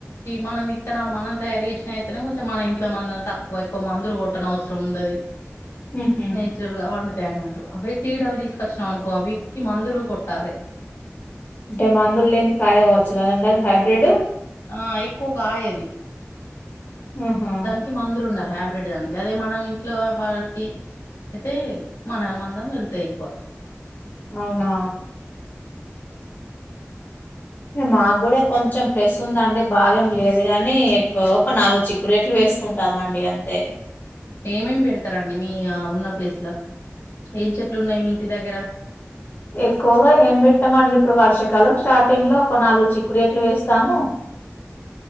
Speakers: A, on the left; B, on the left.
A: మనం విత్తనాలు మనం తయారు చేశినయి అయితేనేమో కొంచెం మన ఇంట్ల మందం తక్కువ, ఎక్కువ మందులు కొట్టన అవసరం ఉండది.
B: హుహు.
A: నేచురల్గా వండు ఉంటయి అన్నట్టు. అవే సీడ్ అవి తీసుకచ్చినవనుకో అవీటికి మందులు కొట్టాలె.
B: అంటే మందులు లేనిది కాయ కావచ్చు కదండి అవి హైబ్రిడ్.
A: ఆ ఎక్కువ కాయది
B: ఆహా!
A: దానికి మందులు ఉండా హైబ్రిడ్ దానికి. అదే మనం ఇంట్లో వాటికి అయితే మన మందం వెళ్తాయి ఎక్కువ
B: అవునా మాకు కూడా కొంచెం ప్లేస్ ఉందీ అండి బాగా ఏం లేదు గాని ఒక నాలుగు చిక్కుడు చెట్లు వేస్త వేసుకుంటామండి అంతే
A: ఏమేం పెడతారండి మీ ఉన్న ప్లేస్ లో ఏం చెట్లు ఉన్నాయి మీ ఇంటి దగ్గర
B: ఎక్కువగా ఏం పెట్టామండి ఇప్పుడు వర్షాకాలం స్టార్టింగ్ లో ఒక నాలుగు చిక్కుడు చెట్లు వేస్తాము